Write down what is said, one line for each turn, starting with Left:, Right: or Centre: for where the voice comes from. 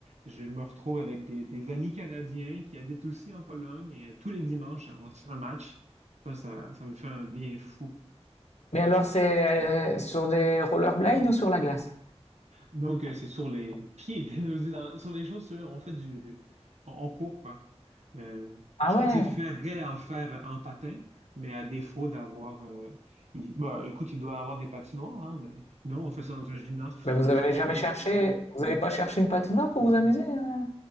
Right: Je me retrouve avec des, des amis canadiens qui habitent aussi en Pologne et tous les dimanches, on se fait un match. Ça, ça, ça me fait un bien fou.
Left: Mais alors,
Right: Ouais.
Left: c'est euh, sur des rollerblades ou sur la glace?
Right: Donc, euh, c'est sur les pieds, <laughs> je dis dans- sur les chaussures, on fait du... On, on court, quoi. Euh,
Left: Ah
Right: je
Left: ouais.
Right: préférerais en faire en patin, mais à défaut d'avoir... euh, il- bah, écoute, il doit avoir des patinoires, hein, mais non, on fait ça dans un gymnase, tout simplement.
Left: Ben, vous avez jamais cherché, vous n'avez pas cherché une patinoire pour vous amuser hein